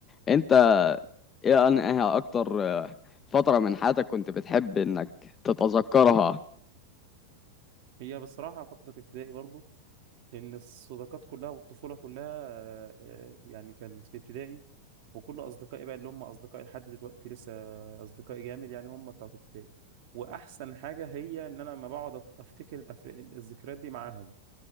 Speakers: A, on the left; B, on the right.
A: انت ايه انها اكتر آه، فترة من حياتك كنت بتحب انك تتذكرها
B: هي بصراحة فترة ابتدائي برضو لأن الصداقات كلها والطفولة كلها آه، آه، يعني كانت في ابتدائي وكل أصدقائي بقى اللي هم أصدقائي لحد دلوقتي لسه أصدقائي جامد يعني هم بتوع ابتدائي وأحسن حاجة هي إن أنا لما بقعد أف- أفتكر الأف- الذكريات دي معاهم